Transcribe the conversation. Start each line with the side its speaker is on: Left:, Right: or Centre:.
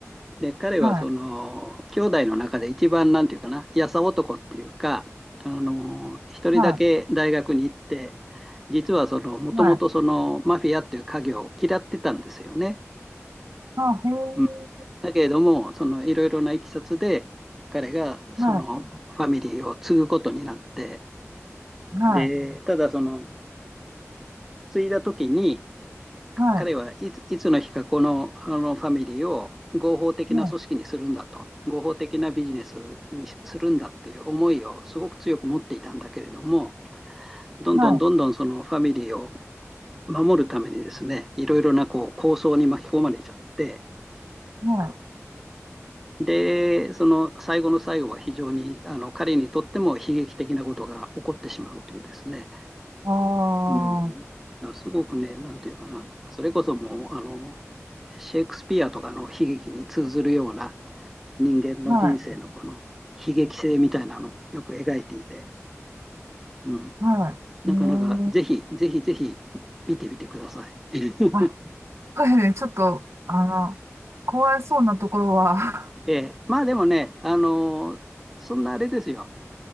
Centre: で、彼はその、
Right: はい、
Centre: 兄弟の中で一番なんていうかな、やさ男っていうか、あの、一人だけ大学に行って、
Right: は
Centre: 実はその、もともとその、
Right: い、はい、
Centre: マフィアっていう家業を嫌ってたんですよね。
Right: あ、へえ、
Centre: うん、だけれども、その、いろいろないきさつで、彼がその、
Right: は
Centre: ファミリーを継ぐことになって、
Right: い、はい、
Centre: で、ただその、継いだ時に、
Right: はい、
Centre: 彼はいつ、いつの日かこの、あのファミリーを合法的な組織にするんだと、
Right: はい、
Centre: 合法的なビジネスにするんだっていう思いをすごく強く持っていたんだけれども、どんどんどんどんそのファミリーを
Right: は
Centre: 守るためにですね、いろいろなこう構想に巻き込まれちゃって、
Right: い、はい、
Centre: で、その最後の最後は非常にあの彼にとっても悲劇的なことが起こってしまうというですね、
Right: ああ、
Centre: うん、
Right: は
Centre: すごくね、なんていうかな、それこそもうあのシェイクスピアとかの悲劇に通ずるような人間の人生のこの
Right: い、
Centre: 悲劇性みたいなのをよく描いていて、うん、
Right: はい、
Centre: なかなかぜひぜひぜひ
Right: へえ、
Centre: 見てみてください。<laughs>
Right: あ、はいね、ちょっと、あの、怖いそうなところは、<laughs> は
Centre: ええ、<laughs> まあでもね、あのーそんなあれですよ。